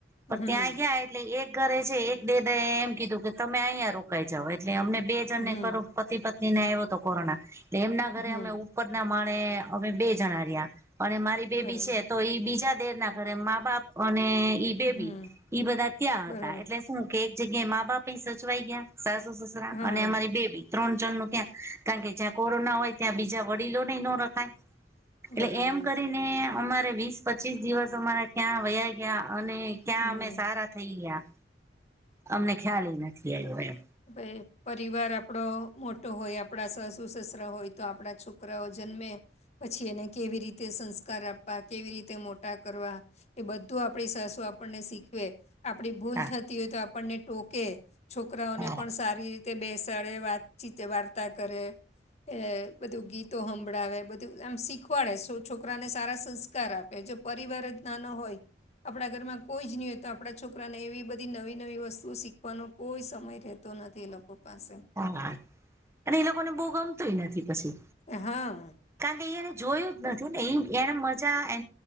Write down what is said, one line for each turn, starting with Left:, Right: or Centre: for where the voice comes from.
Left: હમ્મ,
Right: પણ ત્યાં ગયા એટલે એક ઘરે છે એક દેદા એ એમ કીધું કે તમે અહીંયા રોકાઈ જાવ એટલે અમને <unintelligible>
Left: હમ્મ,
Right: પતિ પત્ની ને આયવો હતો કોરોના તો એમના ઘરે
Left: હમ્મ,
Right: અમે ઉપર ના માણે અમે બે જણા રહ્યા અને મારી બેબી
Left: બરાબર,
Right: છે તો ઈ બીજા દેર ના ઘરે મા બાપ અને ઈ બેબી
Left: હમ્મ,
Right: ઈ બધા ત્યાં
Left: બરાબર,
Right: હતા. એટલે શું કે એક જગ્યાએ મા બાપ એ સચવાઈ ગયા સાસુ સસરા
Left: હા,
Right: અને અમારી બેબી. ત્રણ જણ નું ત્યાં કારણ કે જ્યાં કોરોના હોય ત્યાં બીજા વડીલો નેય નો રખાય.
Left: બરાબર,
Right: એટલે એમ કરીને અમારે વીસ પચીસ દિવસ અમારે ક્યાં વયા ગિયા અને ક્યાં
Left: હમ્મ.
Right: અમે સારા થઈ ગિયા. અમને ખ્યાલ એ નથી આવ્યો એમ.
Left: હવે પરિવાર આપણો મોટો હોય, આપણા સાસુ સસરા હોય તો આપણા છોકરાઓ જન્મે પછી એને કેવી રીતે સંસ્કાર આપવા કેવી રીતે મોટા કરવા એ બધું આપણી સાસુ આપણને શીખવે. આપણી ભૂલ
Right: હા
Left: થતી હોય તો આપણને ટોકે, છોકરાઓને
Right: હા
Left: પણ સારી તે બેસાડે, વાતચીત વાર્તા કરે. એ બધું ગીતો હંભળાવે, બધું એમ શીખવાડે છોકરાને સારા સંસ્કાર આપ કે જો પરિવાર જ નાનો હોય આપણા ઘરમાં કોઈ જ નહીં હોય તો આપણા છોકરાને એવી બધી નવી-નવી વસ્તુઓ શીખવાનો કોઈ સમય રહે તો નથી એ લોકો પાસે.
Right: હા અને એ લોકોને બહુ ગમતુંય નથી પછી.
Left: હા.
Right: કારણ કે એ એને જોયું જ નથી ને એ એને મજા એ